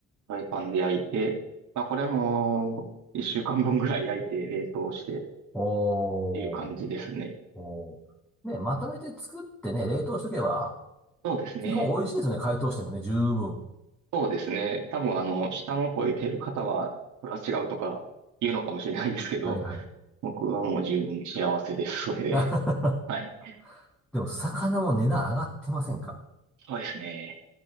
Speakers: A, on the right (about 75°); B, in the centre.
A: フライパンで焼いて、まあこれはもう、一週間分ぐらい焼いて冷凍してっ
B: おー。
A: ていう感じですね。
B: おーね、まとめて作ってね、冷凍しとけば、
A: そうですね。
B: 基本美味しいですね。解凍してもね、十分。
A: そうですね。多分あの、下の子をいている方は、これは違うとか言うのかもしれないですけど、
B: はいはい。
A: 僕はもう十分幸せです。それで。
B: <laughs>
A: はい。
B: でも、魚も値段上がってませんか
A: そうですね。